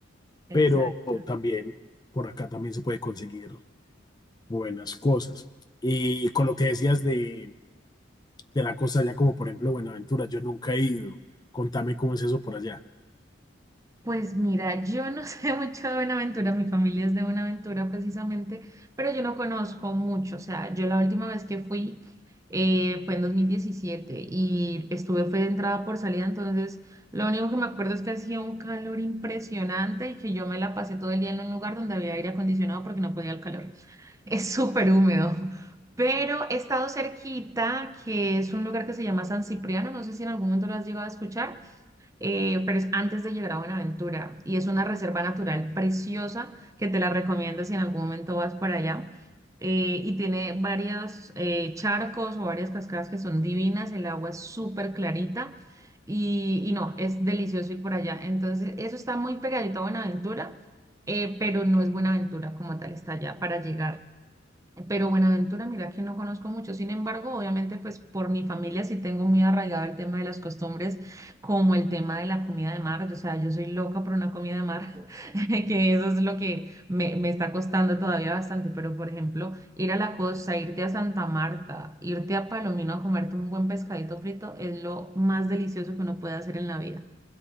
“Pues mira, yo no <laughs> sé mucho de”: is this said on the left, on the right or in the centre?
Right